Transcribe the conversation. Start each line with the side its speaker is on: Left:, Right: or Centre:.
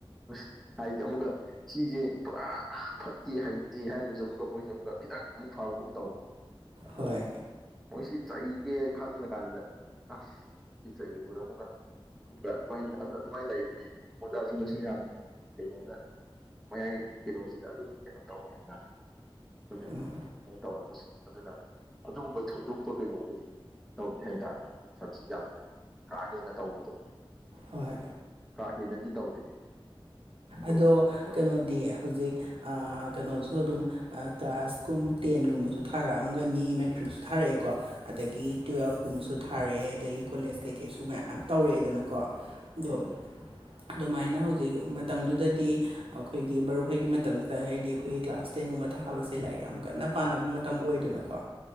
Centre: ꯑꯁ ꯍꯥꯏꯗꯤ ꯑꯃꯨꯛꯀ ꯁꯤꯖꯦ ꯄꯨꯔꯥ ꯍꯥ ꯐꯠꯇꯦ ꯍꯩꯇꯦ ꯍꯥꯏꯔꯒꯖꯨ ꯑꯃꯨꯛꯀ ꯃꯣꯏꯖꯦ ꯑꯃꯨꯛꯀ ꯈꯤꯇꯪ ꯑꯃꯨꯛ ꯐꯕꯒꯨꯝ ꯇꯧ ꯑꯗ
Right: ꯍꯣꯏ
Centre: ꯃꯣꯏꯁꯤ ꯆꯩꯒꯦ ꯈꯜꯂꯀꯥꯟꯗ ꯑꯁ ꯁꯤ ꯆꯩꯔꯨꯕꯗ ꯑꯃꯨꯛꯀ ꯑꯗꯨꯒ ꯑꯗꯨꯃꯥꯏꯟ ꯑꯗꯨꯃꯥꯏꯟ ꯂꯩꯕꯗꯤ ꯑꯣꯖꯥꯁꯤꯡꯗꯁꯨ ꯌꯥꯝ ꯀꯩꯅꯣꯗ ꯃꯌꯥꯏ ꯀꯩꯅꯣꯁꯤꯗ ꯑꯗꯨꯝ ꯀꯩꯅꯣ ꯇꯧꯕ ꯍꯥꯏꯇꯥꯔꯦ ꯈꯣꯏꯗ
Right: ꯎꯝ
Centre: ꯃꯣꯏꯅ ꯇꯧꯔꯛꯄꯁꯦ ꯑꯗꯨꯅ ꯑꯗꯨꯒꯨꯝꯕ ꯊꯣꯏꯗꯣꯛꯄ ꯀꯩꯅꯣꯕꯨꯗꯤ ꯇꯧꯗꯦ ꯍꯩꯇꯥꯝꯅꯦ ꯁꯥꯊꯤ ꯌꯥꯝ ꯀꯥ ꯍꯦꯟꯅ ꯇꯧꯕꯗꯣ
Right: ꯍꯣꯏ
Centre: ꯀꯥ ꯍꯦꯟꯅꯗꯤ ꯇꯧꯗꯦ ꯑꯗꯨꯒ
Right: ꯑꯗꯣ
Centre: ꯍꯣꯏ
Right: ꯀꯩꯅꯣꯗꯤ ꯍꯧꯖꯤꯛ ꯑꯥ ꯀꯩꯅꯣꯁꯨ ꯑꯗꯨꯝ ꯑꯥ ꯀ꯭ꯂꯥꯁ ꯀꯨꯝ ꯇꯦꯟꯒꯨꯝꯕꯁꯨ ꯊꯥꯔꯛꯑꯝꯒꯅꯤ ꯃꯦꯇ꯭ꯔꯤꯛꯁꯨ ꯊꯥꯔꯛꯑꯦꯀꯣ ꯑꯗꯒꯤ ꯇꯨꯋꯦꯜꯐꯀꯨꯝꯕꯁꯨ ꯊꯥꯔꯛꯑꯦ ꯑꯗꯒꯤ ꯀꯣꯂꯦꯖ ꯀꯩꯀꯩꯁꯨ ꯃꯌꯥꯝ ꯇꯧꯔꯛꯑꯦꯗꯅꯀꯣ ꯗꯣ
Centre: ꯎꯝ
Right: ꯑꯗꯨꯃꯥꯏꯅ ꯍꯧꯖꯤꯛ ꯃꯇꯝꯗꯨꯗꯗꯤ ꯑꯈꯣꯏꯒꯤ ꯃꯔꯨꯞ ꯍꯣꯏꯒꯤ ꯃꯇꯝꯁꯤꯗ ꯍꯥꯏꯗꯤ ꯑꯩꯈꯣꯏꯒꯤ ꯀ꯭ꯂꯥꯁ ꯇꯦꯟꯒꯨꯝꯕ ꯊꯥꯕꯁꯦ ꯂꯥꯏꯔꯤꯛ ꯌꯥꯝ ꯀꯟꯅ ꯄꯥꯅꯕ ꯃꯇꯝ ꯑꯣꯏꯗꯅꯀꯣ